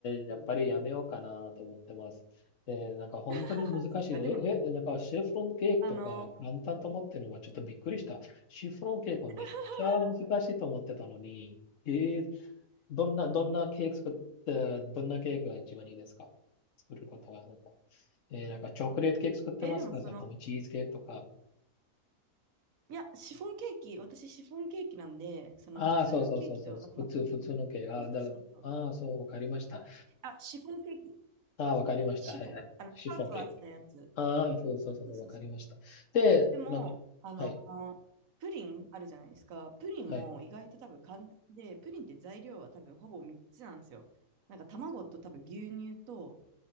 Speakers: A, on the left; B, on the right.
A: ー、やっぱりやめようかなと思ってます。
B: うんうん。
A: えー、なんか本当に難しいで。
B: <laughs> そっか、でも、
A: え、え、なんかシフロンケーキとか簡単と思ってるのはちょっとびっくりした。
B: あの、
A: シフロンケーキはめっちゃ難しいと思ってたのに、
B: <laughs>
A: えー、どんな、どんなケーキ作って、どんなケーキが一番いいですか作ることが。えー、なんかチョコレートケーキ作ってますから、
B: え、でもその、
A: それともチーズケーキとか。
B: いや、シフォンケーキ、私シフォンケーキなんで、その普通のケーキと、
A: ああ、そうそうそうそう普通、
B: なんかま、
A: 普通のケーキ。ああ、
B: そうそうそうそう、
A: だ、ああ、そう、わかりました。
B: あ、シフォンケーキ。
A: ああ、わかりました。
B: シフォン。
A: はいはい。
B: あの、ふわふわしたやつ。
A: シフォンケーキ。ああ、そうそうそうそう、
B: そうそうそう。
A: わかりました。で、
B: でも、
A: なんか、
B: あの、
A: はい、
B: プリンあるじゃないですか。プリンも意外と多分簡単で、
A: はい。
B: プリンって材料は多分ほぼ3つなんですよ。なんか卵と多分牛乳と